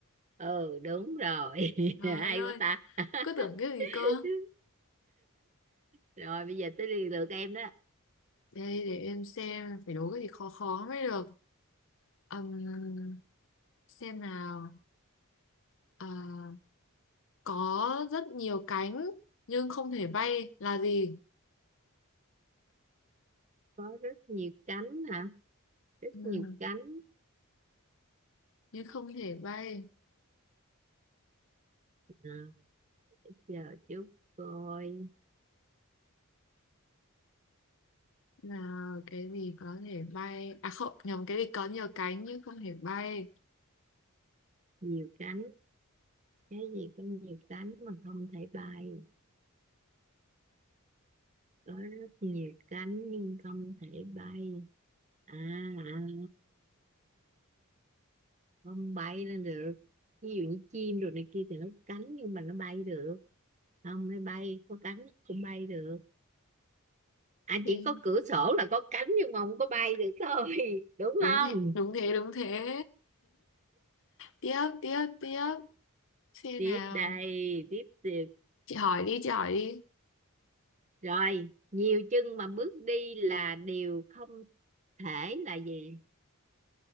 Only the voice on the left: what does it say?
Trời
ơi,
cứ tưởng cái gì cơ.
Đây, để em xem, phải đố cái gì khó khó mới được. Ừm, xem nào. À, có rất nhiều cánh, nhưng không thể bay là gì?
Ừm,
nhưng không thể bay
là cái gì có thể bay? À không, nhầm cái gì có nhiều cánh nhưng không thể bay.
Thế-
Đúng
thế, đúng thế, đúng thế. Tiếp, tiếp, tiếp. Xem
nào.
Chị hỏi đi, chị hỏi đi.